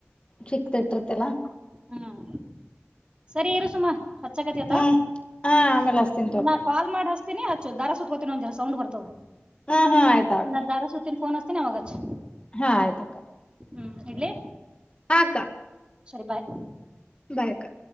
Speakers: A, on the left (about 25°); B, on the right (about 25°).
A: ಚಿಕ್ಕದ ಇಟ್ಟರ್ತಲ್ಲಾ.
B: ಹ್ಮ್ ಸರಿ ಇರು ಸುಮ. ಹಚ್ಚಕತಿ
A: ಹ್ಮ್ ಹಾ ಆಮೇಲೆ ಹಸ್ತಿನ್ ತೋ ಅಕ್ಕ
B: ನಾ ಕಾಲ್ ಮಾಡಿ ಹಚ್ಚು ದಾರ ಸುತ್ತತ್ಕೋತನಿ ಒಂಜರ ಸೌಂಡ್ ಬರ್ತದ
A: ಹಾ ಹಾ ಆಯ್ತಾ ಅಕ್ಕ
B: ನಾ ದಾರ ಸುತ್ತಿನ <unintelligible> ಅವಾಗ ಹಚ್
A: ಹಾ ಆಯ್ತಕ್ಕ.
B: ಹ್ಮ್ ಇಡ್ಲಿ
A: ಹಾ ಅಕ್ಕಾ
B: ಸರಿ ಬಾಯ್
A: ಬಾಯ ಅಕ್ಕಾ